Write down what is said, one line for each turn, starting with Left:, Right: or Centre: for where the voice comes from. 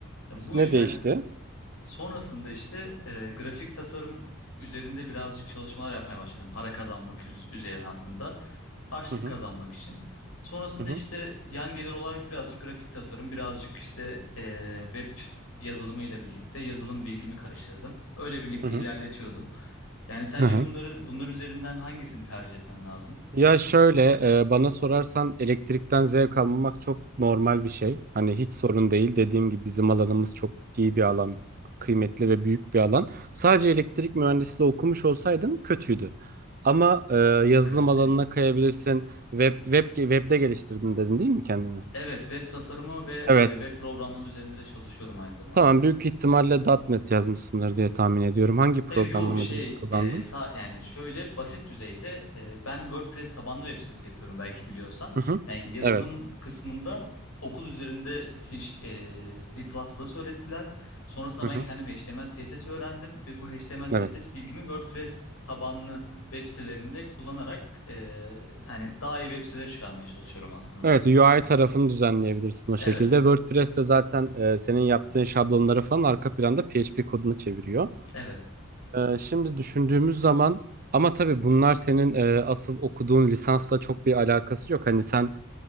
Left: Ya bu
Right: Ne
Left: yüzden
Right: değişti?
Left: Sonrasında işte e, grafik tasarım üzerinde birazcık çalışmalar yapmaya başladım. Para kazanmak üz- üzerine aslında. Harçlık
Right: Hı hı,
Left: kazanmak için. Sonrasında
Right: hı hı,
Left: işte yan gelir olarak birazcık grafik tasarım, birazcık işte e, web yazılımı ile birlikte yazılım bilgimi karıştırdım. Öyle birlikte
Right: hı hı.
Left: ilerletiyordum. Yani sence
Right: hı hı.
Left: bunları bunlar üzerinden hangisini tercih etmem lazım?
Right: Ya şöyle e, bana sorarsan elektrikten zevk almamak çok normal bir şey. Hani hiç sorun değil. Dediğim gibi bizim alanımız çok iyi bir alan, kıymetli ve büyük bir alan. Sadece elektrik mühendisliği okumuş olsaydın kötüydü. Ama e, yazılım
Left: Evet,
Right: alanına
Left: ele-
Right: kayabilirsin. Web web webde geliştirdin dedin değil mi kendini?
Left: evet web tasarımı ve e,
Right: Evet.
Left: web programlama üzerinde de çalışıyorum aynı zamanda.
Right: Tamam büyük ihtimalle .nokta .NET yazmışsındır diye tahmin ediyorum. Hangi programlama
Left: Tabii yo şey
Right: dilini kullandın?
Left: e, sa- yani şöyle basit düzeyde e, ben WordPress tabanlı web sitesi yapıyorum belki biliyorsan.
Right: Hı hı.
Left: Yani yazılım
Right: Evet.
Left: kısmında okul üzerinde C, e, C++ öğrettiler. Sonrasında
Right: Hı
Left: ben
Right: hı.
Left: kendim HTML CSS öğrendim ve bu HTML CSS
Right: Evet.
Left: bilgimi WordPress tabanlı web sitelerinde kullanarak e, yani daha iyi web siteleri çıkarmaya çalışıyorum aslında.
Right: Evet, UI tarafını düzenleyebilirsin o
Left: Evet,
Right: şekilde. WordPress'te zaten e, senin yaptığın şablonları falan arka planda PHP kodunu çeviriyor.
Left: evet.
Right: E, şimdi düşündüğümüz zaman ama tabii bunlar senin e, asıl okuduğun lisansla çok bir alakası yok. Hani sen